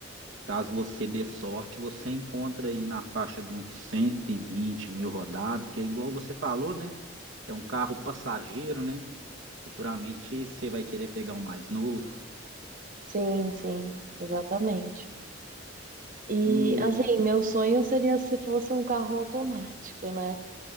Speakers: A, on the right; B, on the right.
A: Caso você dê sorte, você encontra aí na faixa de uns 120 mil rodados, porque é igual você falou, né? É um carro passageiro, né? Futuramente você vai querer pegar um mais novo.
B: Sim, sim, exatamente. E
A: E
B: assim, meu sonho seria se fosse um carro automático, né?